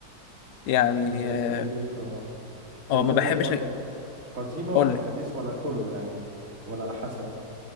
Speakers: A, on the left; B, on the right.
A: يعني
B: اه جا-
A: اه
B: جميل اه
A: آه،
B: عملات
A: ما بحبش
B: بقى ق- آه، قديمة ولا
A: اقول
B: حديث ولا كله يعني ولا على حسب